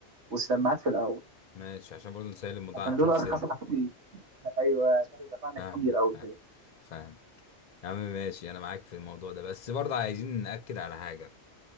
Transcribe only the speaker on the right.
والسماعات في الاول
عشان
دول
ارخص حاجتين ايوه عشان دفعنا
كتير قوي
كده